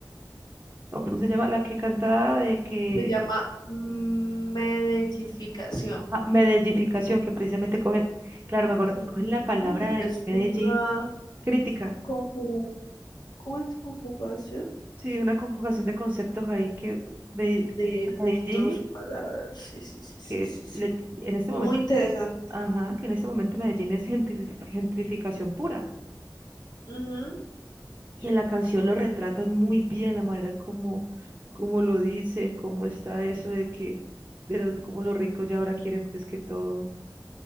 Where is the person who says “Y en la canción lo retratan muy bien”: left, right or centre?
Right